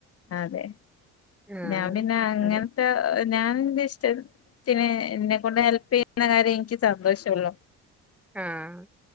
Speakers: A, on the left; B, in the centre.
A: അതെ
B: ആഹ്
A: ഞാൻ പിന്നെ അങ്ങനത്തെ
B: അതെ
A: ഞാൻ ഇഷ്ട. ത്തിന് എന്നെ കൊണ്ട് ഹെൽപ്പ് ചെയ്യുന്ന കാര്യം എനിക്ക് സന്തോഷള്ളു
B: ആഹ്